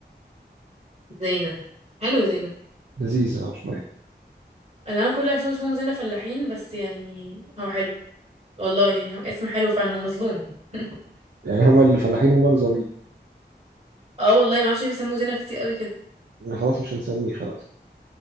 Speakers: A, on the right; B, on the right.
A: زينة حلو زينة
B: لذيذة آه، شوية
A: انا نعم، كل اللي حشوش هم زينة فلاحين بس يعني هو حلو والله يعني هو اسم حلو فعلا هو مظلوم يعني <laughs>
B: يعني هما اللي فلاحين هما اللي ظالمين
A: اه والله ما اعرفش ليه بيسموه زينة كتير قوي كده
B: يعني خلاص مش هنسميه خلاص